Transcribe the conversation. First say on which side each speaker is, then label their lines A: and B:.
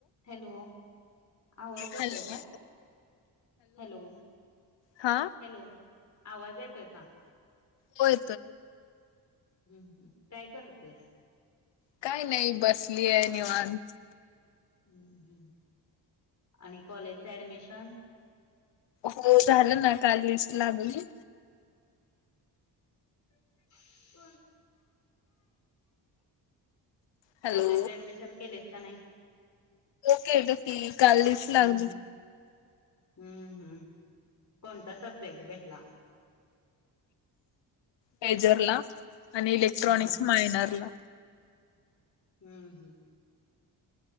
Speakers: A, on the left; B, on the left.
A: Hello आवाज येतोय
B: hello
A: का? हॅलो
B: हा
A: हॅलो आवाज येतो आहेय का?
B: होय येतोय
A: हम्म हम् काय करतेस?
B: काय नाही बसली आहे निवांत
A: हम् हम् आणि कॉलेजचा ऍडमिशन.
B: हो झालं ना का लिस्ट लागली.
A: <unintelligible>
B: हॅलो
A: कॉलेज ऍडमिशन केलेस का नाही?
B: केलं की काल लिस्ट
A: हम्म
B: लागली.
A: हम्म हम्म हम्म कोणता सब्जेक्ट भेटला?
B: मेजरला आणि इलेक्ट्रॉनिक्स
A: हा
B: मायनरला
A: हम्म हम्म.